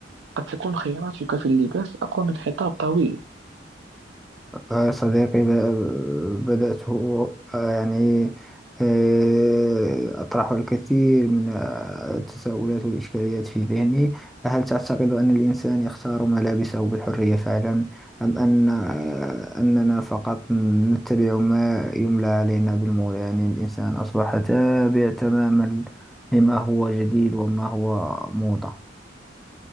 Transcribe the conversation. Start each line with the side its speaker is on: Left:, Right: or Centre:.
Right: قد تكون خياراتك في اللباس أقوى من خطاب طويل
Centre: آه، صديقي ب- بدأت آه، يعني آه، أطرح الكثير من آه، التساؤلات والإشكاليات في ذهني هل تعتقد أن الإنسان يختار ملابسه بحرية فعلا أم أن آه، أننا فقط نتبع ما يملى علينا بالمول يعني الإنسان أصبح تابع تماما لما هو جديد وما هو موضة